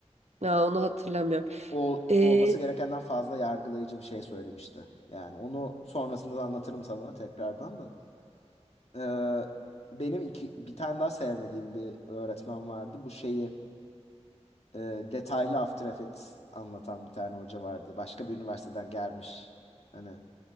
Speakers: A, on the right (about 70°); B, on the left (about 65°).
A: ya onu hatırlamıyorum.
B: o
A: Ee,
B: olması gerekenden fazla yargılayıcı bir şey söylemişti. Yani onu sonrasında da anlatırım sana tekrardan da. Ee, benim iki, bir tane daha sevmediğim bir öğretmen vardı. Bu şeyi e, detaylı After Effects anlatan bir tane hoca vardı. Başka bir üniversiteden gelmiş. Hani